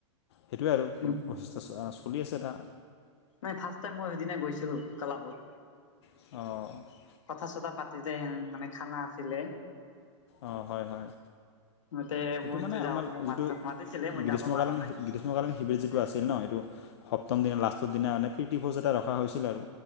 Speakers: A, on the left; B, on the left.
A: সেইটোৱে আৰু প্ৰ
B: উম
A: <unintelligible> আছে এটা।
B: নাই ফাষ্ট টাইম মই সেইদিনা গৈছিলো ক্লাবত।
A: অঁ।
B: কথা চথা পাতিলে হেন মানে খানা আছিলে।
A: অঁ। হয় হয়।
B: মতে
A: সেইটো
B: মইতো
A: মানে
B: যাব
A: আমাৰ
B: মোক
A: যিটো
B: মাত মাতিছিলে মই
A: গ্ৰীষ্মকালীন
B: যাব পৰা
A: <unintelligible>
B: নাই।
A: কালীন শিবিৰ যিটো আছিল ন। সেইটো সপ্তম দিনা লাষ্টৰ দিনা মানে প্ৰীতি ভোজ এটা ৰখা হৈছিল আৰু।